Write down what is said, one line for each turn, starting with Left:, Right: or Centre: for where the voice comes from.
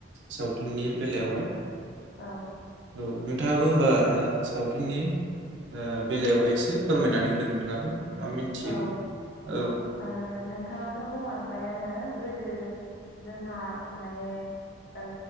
Right: सावथुननि बेलायावहाय
Left: औ
Right: औ नोंथाङाबो होमबा ओ सावथुननि ओ बेलायावहाय एसे फोरमायनानै होदो नोंथाङाबो। मा मिन्थियो
Left: औ
Right: औ
Left: ओ नोंथाङाथ' बुंलांबायानो गोदो जोंहा माने ओ